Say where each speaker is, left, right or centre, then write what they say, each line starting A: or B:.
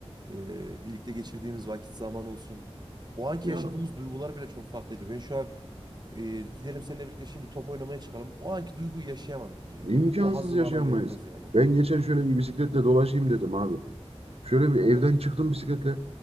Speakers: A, on the right (about 40°); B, on the right (about 65°).
A: e, birlikte geçirdiğimiz vakit zaman olsun. O anki
B: ya
A: yaşadığımız duygular bile çok farklıydı. Ben şu an Ee, gidelim seninle birlikte şimdi top oynamaya çıkalım. O anki duyguyu yaşayamam bence ya.
B: imkansız
A: O hazzı
B: yaşayamayız.
A: bana vermez yani.
B: Ben geçen şöyle bir bisikletle dolaşayım dedim abi. Şöyle bir
A: Hı
B: evden
A: hı.
B: çıktım bisikletle.